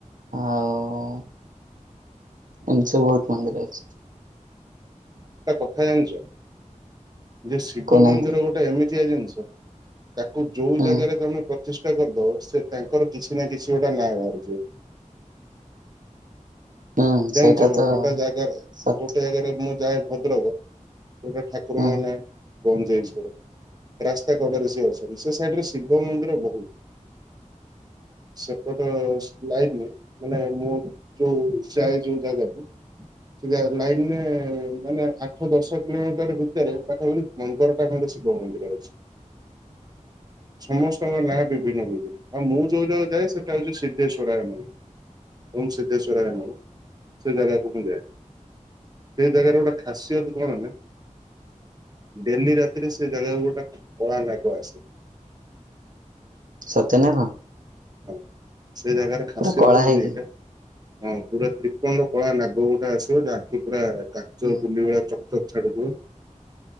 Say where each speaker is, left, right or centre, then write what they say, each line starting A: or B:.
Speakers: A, on the right; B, on the right.
A: ଆଉ ଏମିତି ସବୁ ବହୁତ୍ ମନ୍ଦିର ଅଛି।
B: ଗୋଟା କଥା ଜାଣିଚ ଯେ ଶିବ
A: କହୁନାହାନ୍ତି
B: ମନ୍ଦିର ଗୋଟେ ଏମିତିଆ ଜିନିଷ। ତାକୁ ଯୋଉ
A: ହୁଁ
B: ଜାଗାରେ ତମେ ପ୍ର ପ୍ରତିଷ୍ଠା କରିଦବ, ସେ ତାଙ୍କର କିଛି ନା କିଛି ଗୋଟେ ନାଁ ବାହାରିଯିବ।
A: ହୁଁ
B: ଜାଣିଚ
A: ସେଇଟା ତ
B: ଗୋଟେ ଜାଗାରେ
A: ସତ
B: ଗୋଟେ ଜାଗାରେ ମୁଁ ଯାଏ ଭଦ୍ରକ ଗୋଟେ ଠା ଠାକୁରଙ୍କ
A: ହୁଁ
B: ନାଁ ଗଞ୍ଜେଇଶ୍ୱର। ରାସ୍ତା କଡରେ ସିଏ ଅଛନ୍ତି, ସେ ସାଇଡ ରେ ଶିବ ମନ୍ଦିର ବହୁତ। ସେପଟ ଲାଇନ ମାନେ ମୁଁ ଯୋଉ ଚାହେଁ ଯୋଉ ଜାଗାକୁ ସେ ଜା ଲାଇନରେ ମାନେ ଆଠ ଦଶ କିଲୋମିଟର ଭିତରେ ପାଖପାଖି <unintelligible> ଗୋଟେ ଶିବ ମନ୍ଦିର ଅଛି।
A: <inaudible>
B: ସମସ୍ତଙ୍କ ନାଁ ବିଭିନ୍ନ ବିଭିନ୍ନ ଆଉ ମୁଁ ଯୋଉ ଜାଗା କୁ ଯାଏ ସେଟା ହଉଛି ସିଦ୍ଧେଶ୍ଵରାୟ ମନ୍ଦିର। ଓଁ ସିଦ୍ଧେଶ୍ୱରାୟ ନମଃ‌। ସେ ଜାଗାକୁ ମୁଁ ଯାଏ, ସେ ଜାଗାର ଗୋଟେ ଖାସିୟତ କଣ ନା ଡେଲି ରାତିରେ ସେ ଜାଗାକୁ ଗୋଟା କଳା ନାଗ ଆସେ।
A: ସତେ ନା କଣ?
B: ହଁ ସେ ଜାଗାରେ ଖାସିୟତ
A: ପୁରା କଳା
B: ହଉଛି
A: ହେଇକି
B: ଏଇଟା। ହଁ ପୁରା ତ୍ରିପଣ୍ଡ କଳା ନାଗ ଗୋଟେ ଆସିବ ତା ଆଖି ପୁରା କାଚ
A: ହୁଁ
B: ଗୁଲି ଭଳିଆ ଚ ଚକ୍ ଚକ୍ ଛାଡୁଥିବ।